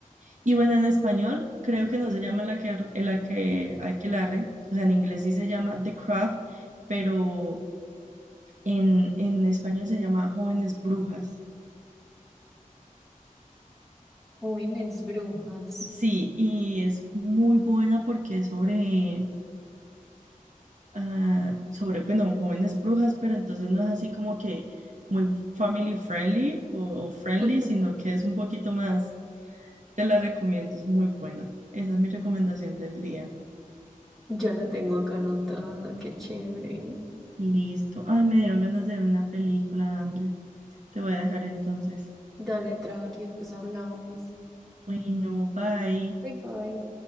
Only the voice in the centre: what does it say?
jóvenes brujas.
<laughs>
Ya la tengo acá anotada, qué chévere.
Dale, tranqui, después hablamos.
Bye bye.